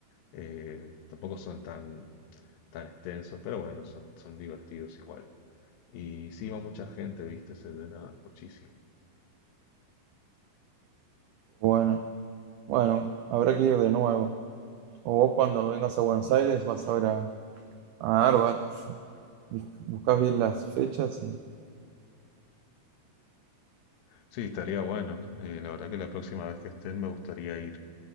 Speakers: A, on the left (about 80°); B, on the right (about 85°).
A: Eh, tampoco son tan, tan extensos, pero bueno, son, son divertidos igual. Y sí va mucha gente, viste, se llena muchísimo.
B: Bueno, bueno, habrá que ir de nuevo. O vos cuando vengas a Buenos Aires vas a ver a, a Arbat. Bus- Buscás bien las fechas y...
A: Sí, estaría bueno. Eh, la verdad que la próxima vez que estén me gustaría ir.